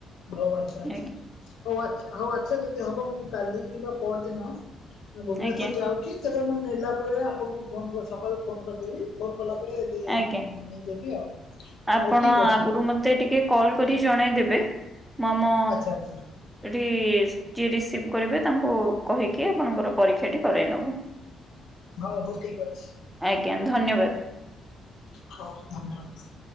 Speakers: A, on the left (about 80°); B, in the centre.
A: ହଉ ଆଚ୍ଛା ଆଚ୍ଛା।
B: ଆଜ୍ଞା
A: ହଉ ଆଛା ହଉ ଆଚ୍ଛା ଯଦି ହବ ମୁଁ କାଲି କିମ୍ବା ପଅର ଦିନ ମୁଁ ଭୁବନେଶ୍ଵର
B: ଆଜ୍ଞା
A: ଯାଉଛି। ସେଟା ମୁଁ ନେଲା ବେଳେ ଆପଣଙ୍କୁ ଫୋନ୍ ସକାଳୁ ଫୋନ୍ କରିଦେବି। ଫୋନ୍ କଲା ପରେ ନେଇ
B: ଆଜ୍ଞା।
A: ଦେବି ଆଉ।
B: ଆପଣ
A: ହଉ ଠିକ୍ ଅଛି।
B: ଆଗରୁ ମତେ ଟିକେ କଲ୍ କରି ଜଣେଇ ଦେବେ। ମୁଁ ଆମ
A: ଆଚ୍ଛା ଆଚ୍ଛା
B: ଏଇଠି ଯିଏ ରିସିଭ୍ କରିବେ ତାଙ୍କୁ କହିକି ଆପଣଙ୍କର ପରୀକ୍ଷାଟି କରାଇ ନବୁ।
A: ହଉ ହଉ ଠିକ ଅଛି।
B: ଆଜ୍ଞା ଧନ୍ୟବାଦ।
A: ହଁ ଧନ୍ୟବାଦ।